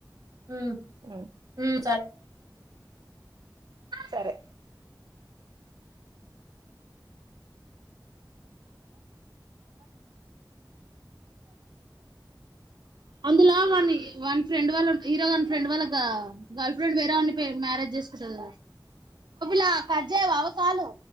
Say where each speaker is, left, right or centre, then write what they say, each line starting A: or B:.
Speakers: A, on the right; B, on the right.
A: ఉ
B: ఉ
A: హు సర్
B: సరే అందులా వాని వాని ఫ్రెండ్ వాళ్ళు హీరో గాని ఫ్రెండ్ వాళ్ళగా గల్ ఇప్పుడుండి వేరేవని మ్యారేజ్ చేసుకుంటది గా అది కాలు